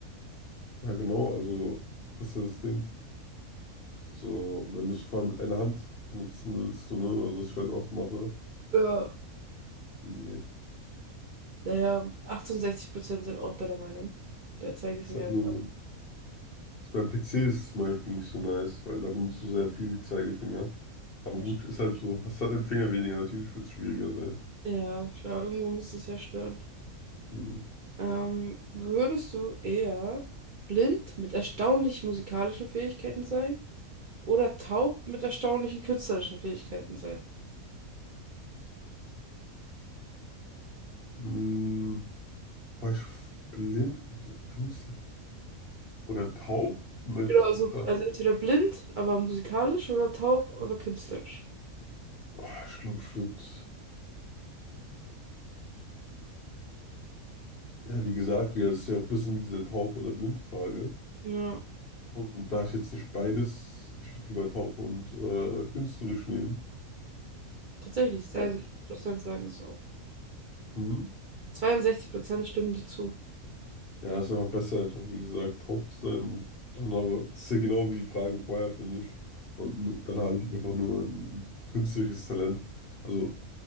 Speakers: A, on the left; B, on the right.
A: Ja, genau, also das ist ja das Ding. So, wenn du es vor allem mit einer Hand benutzen willst, so, ne? Also was ich halt oft mache.
B: Ja.
A: Nee.
B: Naja, 68% sind auch deiner Meinung. Der Zeigefinger.
A: Ist halt nur. Ist beim PC ist es zum Beispiel nicht so nice, weil da benutzt du sehr viel Zeigefinger. Aber
B: Ja,
A: gut,
B: stimmt.
A: ist halt so. Hast halt einen Finger weniger, natürlich wird es schwieriger sein.
B: Ja, klar, irgendwo muss es ja stören.
A: Hm.
B: Ähm, würdest du eher blind mit erstaunlichen musikalischen Fähigkeiten sein oder taub mit erstaunlichen künstlerischen Fähigkeiten sein?
A: Hm. Boah, ich f- blind mit Künstler. Oder taub mit.
B: Genau, also,
A: Äh,
B: also entweder blind, aber musikalisch oder taub, aber künstlerisch.
A: boah, ich glaube, ich würde. Ja, wie gesagt, ja, es ist ja auch ein bisschen wie diese Taub- oder Blindfrage.
B: Ja,
A: Und, und da ich jetzt nicht beides, ich würde lieber taub und äh, künstlerisch nehmen.
B: tatsächlich, zweiundsechzig
A: Ja,
B: Prozent sagen es auch.
A: Mhm.
B: zweiundsechzig Prozent stimmen dir zu.
A: Ja, ist einfach besser, einfach wie gesagt, taub zu sein. Und dann habe, das ist ja genau wie die Fragen vorher, finde ich. Und n- dann habe ich einfach nur ein künstlerisches Talent. Also,